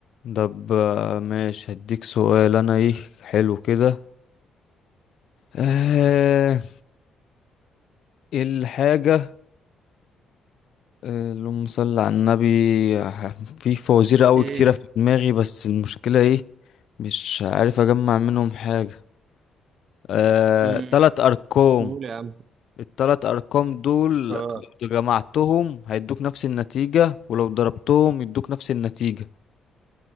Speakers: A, on the left (about 65°); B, on the right (about 55°).
A: طب آه، ماشي هديك سؤال انا ايه حلو كده اه إيه الحاجة آه، اللهم صل على النبي آه، في فوازير قوي
B: ايه
A: كتيرة في دماغي بس المشكلة ايه مش عارف اجمع منهم حاجة آه،
B: امم
A: تلات ارقام
B: قول يا عم
A: التلات أرقام دول
B: اه
A: لو جمعتهم هيدوك نفس النتيجة ولو ضربتهم يدوك نفس النتيجة